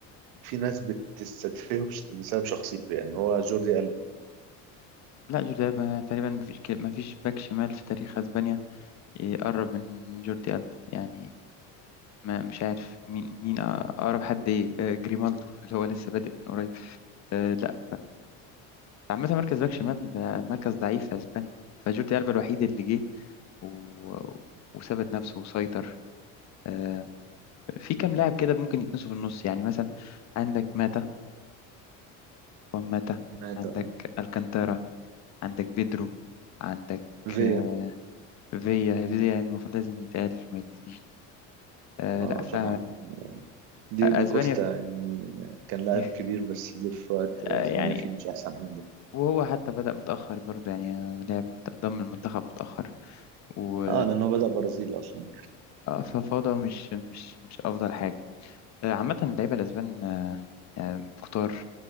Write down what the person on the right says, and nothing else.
في ناس بتستدفيه بش- بسبب شخصيته يعني هو جوردي ألب
مات
اه
فيا
اه
طبعا دييجو
كوستا يعني كان لاعب
كبير بس جه في وقت اسبانيا
فيه مش احسن حاجه
اه لان هو بدأ برازيلي اصلا